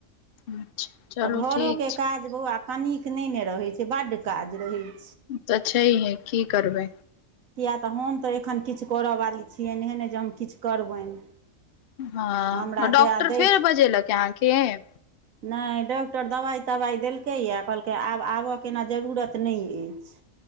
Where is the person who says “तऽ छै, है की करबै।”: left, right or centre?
Left